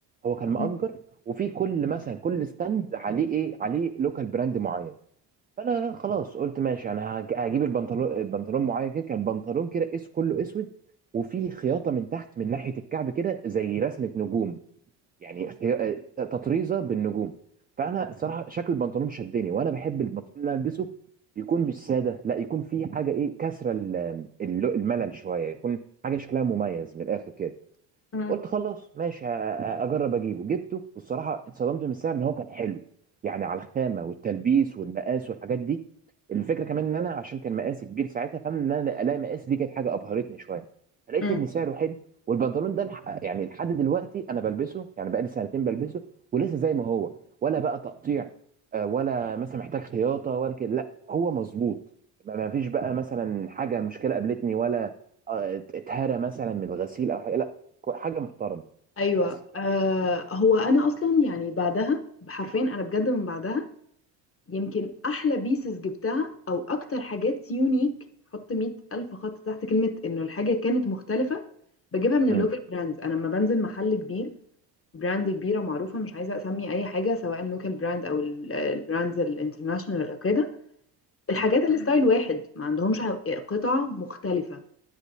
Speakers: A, on the right; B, on the left.
A: هو كان مأجر
B: مم.
A: وفي كل مثلا كل ستاند عليه ايه عليه لوكال براند معين فانا خلاص قلت ماشي انا هج- هجيب البنطلون البنطلون معين كده كان بنطلون كده اس كله اسود وفي خياطه من تحت من ناحيه الكعب كده زي رسمه نجوم يعني خي- آه، تطريزه بالنجوم فانا صراحه شكل البنطلون شدني وانا بحب البنطلون اللي أنا البسه يكون مش ساده لا يكون فيه حاجه ايه كسره ال- الل- الملل شويه يكون حاجه شكلها مميز من الاخر كده
B: مم.
A: قلت خلاص ماشي ه- اجرب اجيبه جبته والصراحه اتصدمت من السعر ان هو كان حلو يعني على الخامه والتلبيس والمقاس والحاجات دي الفكره كمان ان انا عشان كان مقاسي كبير ساعتها فان انا الاقي مقاس دي كانت حاجه ابهرتني شويه لقيت
B: مم.
A: ان سعره حلو والبنطلون ده الح- يعني لحد دلوقتي انا بلبسه يعني بقالي سنتين بلبسه ولسه زي ما هو ولا بقى تقطيع آه، ولا مثلا محتاج خياطه ولا كده لا هو مظبوط ما ما فيش بقى مثلا حاجه مشكله قابلتني ولا آه، اتهرى مثلا من الغسيل او حاجه كو- حاجه محترمه
B: ايوه
A: بس
B: آه هو انا اصلا يعني بعدها حرفيا انا بجد من بعدها يمكن احلى بيسز جبتها او اكتر حاجات يونيك حط مئة الف خط تحت كلمه انه الحاجه كانت مختلفه بجيبها من
A: مم.
B: اللوكال براندز انا لما بنزل محل كبير براند كبيرة معروفة مش عايزة أسمي أي حاجة سواء لوكال براند أو ال- البراندز الانترناشونال أو كده الحاجات
A: مم.
B: الستايل واحد ما عندهمش ح- قطع مختلفة